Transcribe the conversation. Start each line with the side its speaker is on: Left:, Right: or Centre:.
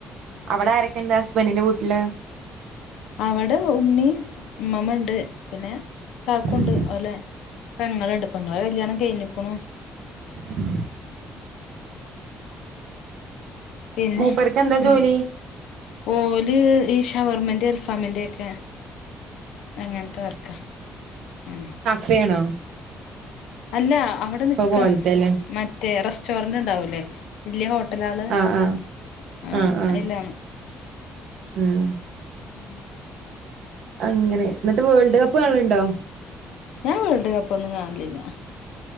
Right: അവിടെ ആരൊക്കെ ഉണ്ട് ഹസ്ബന്ഡിന്റെ വീട്ടില്?
Left: അവിടെ ഉമ്മയും, ഉമ്മമ്മ ഉണ്ട് പിന്നെ കാക്കുണ്ട്
Right: ഉം
Left: ലെ, പെങ്ങളുണ്ട്, പങ്ങളെ കല്യാണം കഴഞ്ഞക്കണു.
Right: ഉം...
Left: പിന്നെ
Right: മൂപ്പർക്ക് എന്താ ജോലി
Left: ഉം ഓല് ഈ ഷവർമന്റെ, അൽഫാമിന്റെൊക്കെയ. അങ്ങനത്തെ വർക്ക. ആഹ..
Right: സേണാ?
Left: അല്ല അവിടെ നിക്കണ്,
Right: പോലത്തെല്ലേ
Left: മറ്റേ റെസ്റ്റോറന്റ് ഉണ്ടാവൂല്ലേ? വല്യ ഹോട്ടലള്
Right: ആഹ് ആഹ്
Left: ആഹ
Right: ആഹ് ആഹ്
Left: അതില്ലാണ്.
Right: ഉം...
Left: ഉം..
Right: അങ്ങനെ, എന്നിട്ട് വേൾഡ് കപ്പ് കാണലുണ്ടോ?
Left: ഞാൻ വേൾഡ് കപ്പ് ഒന്നും കാണില്ല.